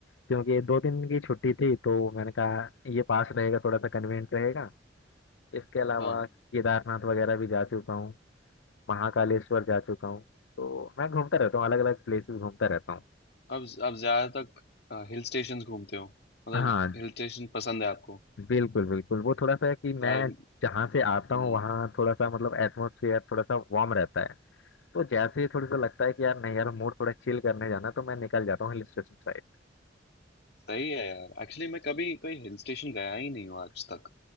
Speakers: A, on the left (about 80°); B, on the left (about 60°).
A: क्योंकि ये दो दिन की छुट्टी थी तो मैंने कहा ये पास रहेगा थोड़ा सा कन्वीनियंट रहेगा इसके अलावा
B: हाँ
A: केदारनाथ वगैरह भी जा चुका हूँ महाकालेश्वर जा चुका हूँ तो मैं घूमता रहता हूँ अलग अलग प्लेसेस घूमता रहता हूँ
B: अब अब ज्यादातर हिल स्टेशन घूमते हो मतलब
A: हाँ
B: हिल स्टेशन पसंद है आपको
A: बिल्कुल बिल्कुल वो थोड़ा सा है कि मैं
B: यार
A: जहाँ से आता
B: हम्म
A: हूँ वहाँ थोड़ा सा मतलब एटमोसफियर थोड़ा सा वार्म रहता है तो जैसे ही थोड़ा सा लगता है कि यार नहीं यार मूड थोड़ा चिल करने जाना है, तो मैं निकल जाता हूँ हिल स्टेशन साइड
B: सही है यार एक्चुअली मैं कभी कोई हिल स्टेशन गया ही नहीं हूँ आज तक